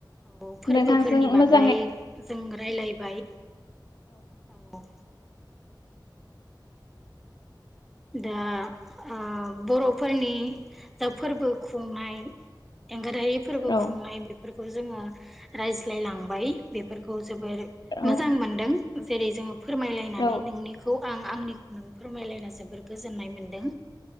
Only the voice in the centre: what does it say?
औ फोरबोफोरनि
बागै
जों रायलायबाय औ दा ओ बर'फोरनि दा फोरबो खुंनाय एं रायो फोरबो
खुंनाय बेब बेफोरखौ जोङो रायज्लाय लांबाय बेफोरखौ जोबोर
मोजां मोनदों जेरै जोङो फोरमायलायनानै
नोंनिखौ आं आंनि नों फोरमाय लायना जोबोर गोजोननाय मोन्दों।